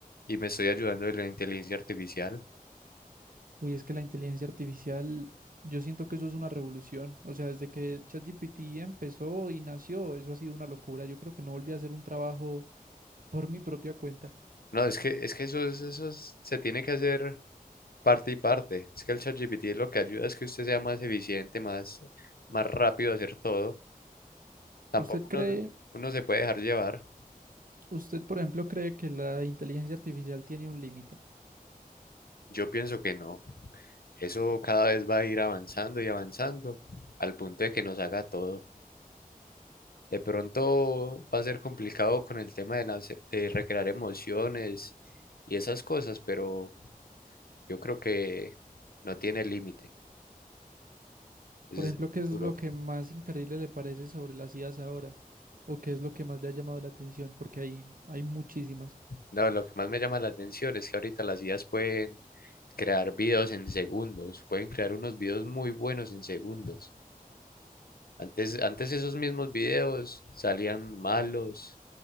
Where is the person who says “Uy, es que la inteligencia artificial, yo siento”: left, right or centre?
Right